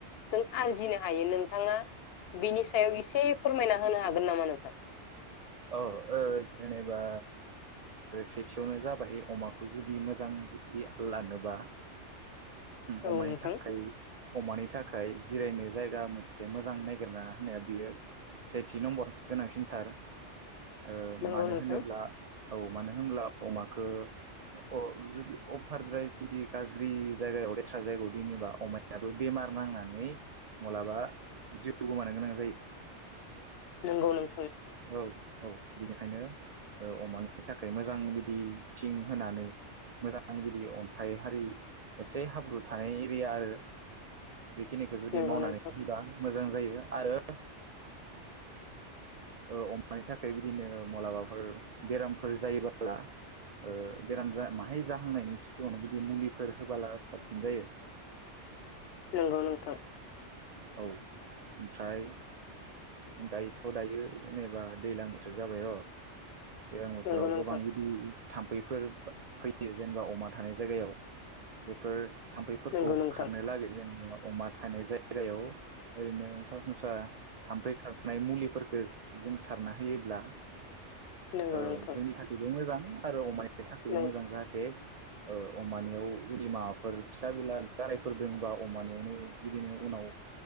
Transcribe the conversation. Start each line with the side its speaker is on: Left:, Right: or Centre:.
Left: जों आरजिनो हायो नोंथाङा बेनि सायाव एसे फोरमायना होनो हागोन नामा नोंथां।
Right: औ जेनेबा सेथियावनो जाबाय अमाखौ जुदि मोजां जुदि लानोबा
Left: औ
Right: अमानि
Left: नोंथां
Right: थाखाय अमानि थाखाय जिरायनो जायगा मोनसे मोजां नायगिरना होनाया बियो सेथि नम्बर गोनांसिन थार ओ
Left: नंगौ
Right: मानो
Left: नोंथां
Right: होनोब्ला औ मानो होनब्ला अमाखो अ जुदि अफारद्राय जुदि गा ज्रि जायगायाव लेथ्रा जायगायाव दोनोबा अमायाबो बेमार नांनानै मालाबा जिउ गोमानो गोनां जायो।
Left: नंगौ नों
Right: औ औ बिनिखायनो ओ अमानि थाखाय मोजां बिदि थिं होनानै मोजां बिदि अन्थाइ हारि एसे हाब्रु थानाय एरिया आरो बेखिनिखौ जुदि
Left: नंगौ
Right: मावनानै
Left: नोंथां
Right: होबा मोजां जायो आरो ओ अमानि थाखाय बिदिनो मलाबाफोर बेरामफोर जायोबोला ओ बेराम माहाय जाहांनायनि सिगाङावनो बिदि मुलिफोर होबोला साबसिन जायो।
Left: नोंगौ नोंथां।
Right: औ ओमफ्राय दायोथ' दायो जेनेबा दैज्लां बोथोर जाबाय र' दैज्लां बोथोराव
Left: नंगौ नोंथां
Right: गोबां बिदि थाम्फैफोर फैयो जेनेबा अमा थानाय जायगायाव बेफोर थाम्फैफोरखौ
Left: नंगौ नोंथां
Right: होखारनो लागै जोंनियाव अमा थानाय जाय गायाव ओरैनो सरासनस्रा थाम्फै खार नाय मुलिफोरखौ जों सारना होयोब्ला
Left: नंगौ
Right: औ
Left: नोंथां
Right: जोंनि थाखायबो मोजां आरो अमानि बे थाखायबो
Left: नंगौ
Right: मोजां जाहाथे ओ अमानियाव जुदि माबाफोर फिसा बिला गारायफोर दंबा अमानियावनो बिदिनो उनाव